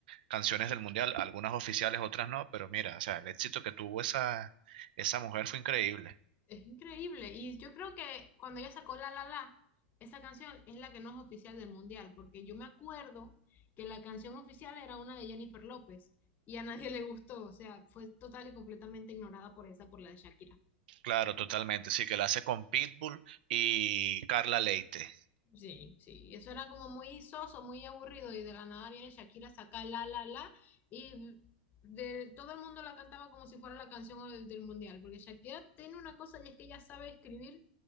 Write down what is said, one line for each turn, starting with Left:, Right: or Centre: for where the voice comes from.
Right: canciones del Mundial, algunas oficiales, otras no, pero mira, o sea, el éxito que tuvo esa, esa mujer fue increíble.
Left: Es increíble. Y yo creo que cuando ella sacó La La La, esa canción es la que no es oficial del mundial, porque yo me acuerdo que la canción oficial era una de Jennifer López y a nadie le gustó. O sea, fue total y completamente ignorada por esa, por la de Shakira.
Right: Claro, totalmente. Sí, que la hace con Pitbull y Carla Leite.
Left: Sí, sí, eso era como muy soso, muy aburrido y de la nada viene Shakira saca la la la y de, todo el mundo la cantaba como si fuera la canción del, del mundial, porque Shakira tiene una cosa y es que ella sabe escribir